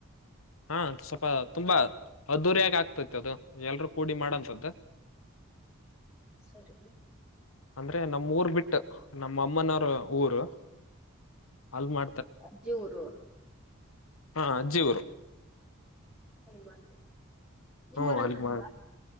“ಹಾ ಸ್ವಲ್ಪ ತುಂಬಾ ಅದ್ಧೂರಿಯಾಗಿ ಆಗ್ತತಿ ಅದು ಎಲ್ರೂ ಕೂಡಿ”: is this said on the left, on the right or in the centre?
Left